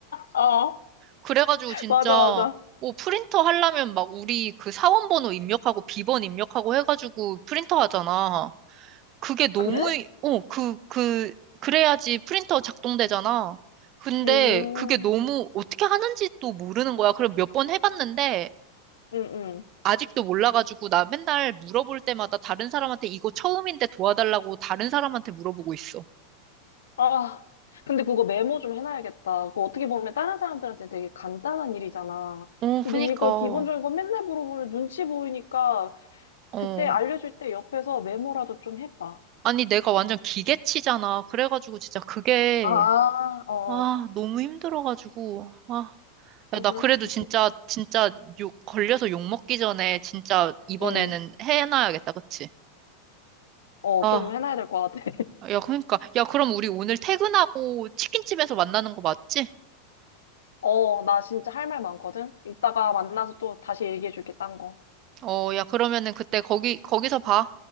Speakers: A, on the left; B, on the right.
A: 어,
B: 그래가지고 진짜,
A: 맞아, 맞아.
B: 뭐 프린터 하려면 막 우리 그 사원 번호 입력하고 비번 입력하고 해가지고 프린터 하잖아. 그게 너무,
A: 그래?
B: 어, 그, 그, 그래야지 프린터 작동되잖아. 근데
A: 음,
B: 그게 너무 어떻게 하는지 또 모르는 거야. 그럼 몇 번 해봤는데
A: 음, 음.
B: 아직도 몰라가지고 나 맨날 물어볼 때마다 다른 사람한테 이거 처음인데 도와달라고 다른 사람한테 물어보고 있어.
A: 아, 근데 그거 메모 좀 해놔야겠다. 그거 어떻게 보면 다른 사람들한테 되게 간단한 일이잖아.
B: 어, 그니까.
A: 근데 이걸 기본적인
B: 어,
A: 거 맨날 물어보면 눈치 보이니까
B: 어.
A: 그때 알려줄 때 옆에서 메모라도 좀 해봐.
B: 아니, 내가 완전 기계치잖아. 그래가지고 진짜 그게,
A: 아, 어,
B: 아, 너무 힘들어가지고, 아.
A: 그래,
B: 야, 나
A: 그럴
B: 그래도
A: 수도
B: 진짜,
A: 있겠다.
B: 진짜 욕, 걸려서 욕 먹기 전에 진짜 이번에는
A: 응.
B: 해놔야겠다, 그치?
A: 어,
B: 아,
A: 좀 해놔야 될 것 같아. <laughs>
B: 야, 그러니까. 야, 그럼 우리 오늘 퇴근하고 치킨집에서 만나는 거 맞지?
A: 어, 나 진짜 할 말 많거든? 이따가 만나서 또 다시 얘기해줄게, 딴 거.
B: 어, 야, 그러면은 그때 거기, 거기서 봐.